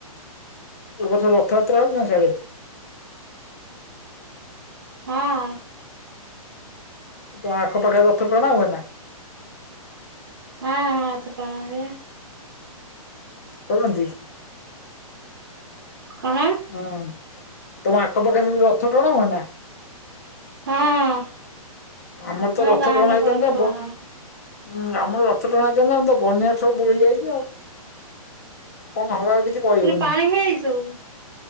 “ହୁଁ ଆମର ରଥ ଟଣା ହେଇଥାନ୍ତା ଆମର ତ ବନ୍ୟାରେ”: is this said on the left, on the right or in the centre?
Left